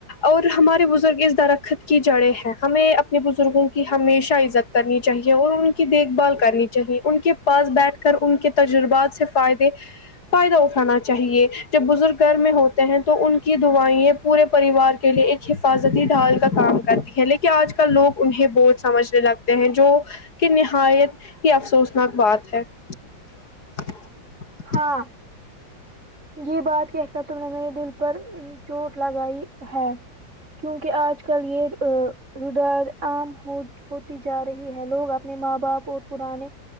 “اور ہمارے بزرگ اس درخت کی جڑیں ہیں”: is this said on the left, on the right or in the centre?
Left